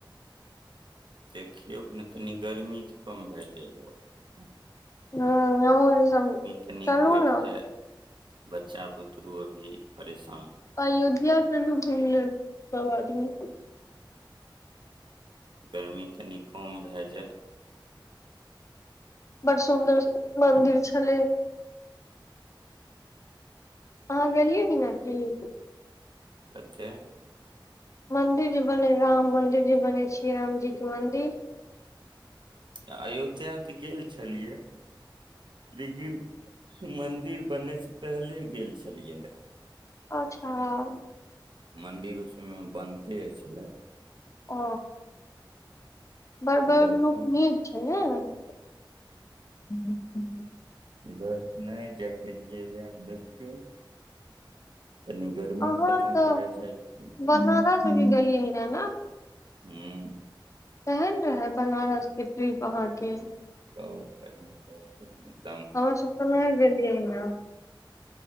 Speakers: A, on the right; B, on the left.
A: देखियौ ने तनि गर्मी तऽ कम भए जइयौ। <unintelligible>
B: ह हम
A: तनी
B: चल
A: घटि
B: ने। <unintelligible>
A: जाय बच्चा बुतरू अभी परेश
B: अयोध्या चलु घुमिलेब सब आदमी
A: गर्मी कनी कम भए जेए
B: बड़ सुन्दर
A: रहत
B: मन्दिर छलै। अहाँ गेलियै कि न क। <unintelligible>
A: मते। <unintelligible>
B: मन्दिर जे बनै राम मन्दिर जे बनै छैियै रामजीके मन्दिर। <unintelligible>
A: अयोधया तऽ गेल छलियै -लेकिन मन्दिर बनयसँ पहिले गेल छलियै रहए।
B: अच्छा <unintelligible>
A: मन्दिर उसमयमें बनते छलै
B: ओ बड़ बड़
A: इधर
B: नुक
A: अ,
B: नीक छै ने <inaudible>
A: इधर नहि जा पेलियै याब देखियौ तनी गरमी
B: अहाँ
A: खतम
B: तऽ
A: भए जै नै तब,
B: बनारस भी गेलियै ने ने
A: हूं
B: केहन रहै बनारस के ट्रिप अहाँके?
A: बहुत बढ़िआ बहुत बढ़िआ
B: हमर सबतऽ नई गेलियैअ।